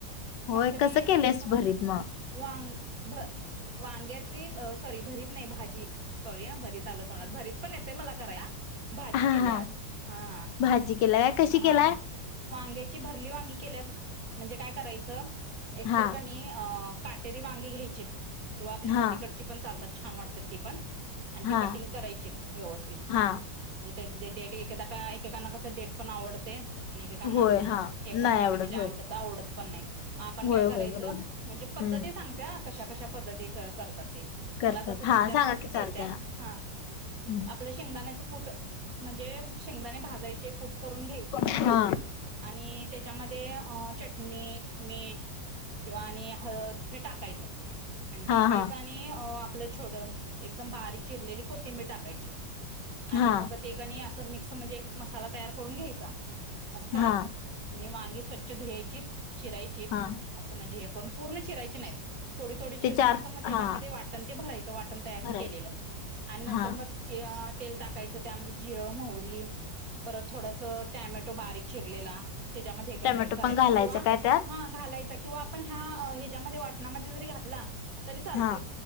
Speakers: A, on the left; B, on the right.
A: होय
B: भाकरी
A: कसं केलेस
B: भा
A: भरीत मग?
B: वां.. वांग्याची सॉरी भरीत नाही भाजी सॉरी हं भरीत आलं तोंडात भरीत पण येते मला करायला भाजी
A: हा
B: केल्या
A: हा
B: आज हा
A: भाजी केलाय काय कशी
B: हा
A: केलाय?
B: वांग्याची भरली वांगी केल्यात म्हणजे काय करायचं च एकतर
A: हा
B: का नाही अ काटेरी वांगी घ्यायची किंवा आपली नदीकडची
A: हा
B: पण चालतात छान वाटतात ती पण आणि
A: हा
B: ते कटिंग करायचीत व्यवस्थित
A: हा
B: म्हणजे देट एखादा एकेकांना कसं देट पण आवडते. आणि एकेकांना
A: होय हा
B: हे पण
A: नाही
B: होते
A: आवडत
B: म्हणजे
A: होय.
B: आवडतं आवडत.. पण नाही. मग आपण
A: होय
B: काय
A: होय
B: करायचं
A: बरोबर आहे.
B: म्हणजे पद्धती
A: हम्म
B: सांगते ह कशा कशा पद्धती क करतात ते
A: करतात
B: मला तस
A: हा
B: तीन चार
A: सांगा
B: पद्धती
A: की चालतंय
B: येत्यात, हा
A: हम्म.
B: आपल्या शेंगदाण्याच कुट. म्हणजे शेंगदाणे भाजायचे, कुट करून घ्यायचे
A: हा
B: आणि त्याच्यामध्ये ते अ चटणी, मीठ किंवा आणि हळद हे टाकायचं. आणि
A: हा
B: टाकायच
A: हा
B: आणि अ आपलं छोडं, एकदम बारीक चिरलेली कोथिंबीर टाकायची. आणि
A: हा
B: मग ते कणी अस मिक्स म्हणजे, एक मसाला तयार करून घ्यायचा. असं करायचं.
A: हा
B: आणि वांगी स्वच्छ धुयायचीत. शिरायची
A: हा
B: असं म्हणजे हे पण पूर्ण चिरायची नाहीत. थोडी थोडी चिरून
A: ते चार
B: असतं मग त्याच्यामध्ये
A: हा
B: वाटण ते भरायचा वाटण तयार
A: भराय
B: न केलेलं आणि नंतर
A: हा
B: म य तेल टाकायचं त्यामध्ये जिरं, मोहरी परत थोडसं टोमॅटो बारीक चिरलेला. त्याच्यामध्ये करा
A: टोमॅटो
B: करायचा
A: पण घालायचं
B: किंवा
A: काय त्यात?
B: हा घालायचा. किंवा आपण ह्या ह्याच्यामध्ये वाटणामध्ये जरी घातला तरी चालतंय.
A: हा